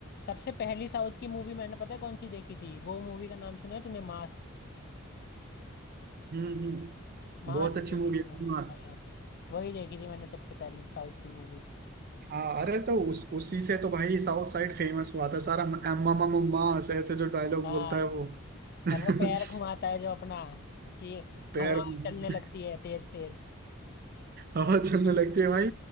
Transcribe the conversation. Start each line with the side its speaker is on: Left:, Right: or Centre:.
Left: सबसे पहली साउथ की मूवी मैंने पता है कौन सी देखी थी वो मूवी का नाम सुना है तूने मास
Right: हम्म हम्म
Left: मास
Right: बहुत अच्छी
Left: देखी
Right: मूवी
Left: थी मैंने
Right: है मास
Left: हाँ वही देखी थी मैंने सबसे पहली साउथ की मूवी
Right: हाँ अरे तो उस उसी से तो भाई साउथ साइड फेमस हुआ था सारा अम्मा मम्मा माँ ऐसे ऐसे जो डायलॉग
Left: हाँ
Right: बोलता है वो <laughs>
Left: और वो पैर घुमाता है जो अपना कि
Right: पैर
Left: हवा
Right: में
Left: चलने लगती है तेज तेज
Right: हवा चलने लगती है भाई